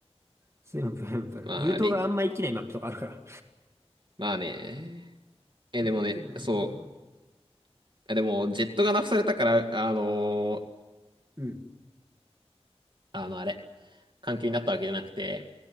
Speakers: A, on the right (about 25°); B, on the right (about 45°).
A: 強いマップ、やっぱりウルトがあんま生きないマップとかあるから。
B: まあ、レ、まあね。え、
A: うん。
B: でもね、
A: でも、
B: そう。
A: あの
B: えでもねそうでもジェットがナフされたから、あのー
A: うん。
B: あの、あれ、環境になったわけじゃなくて、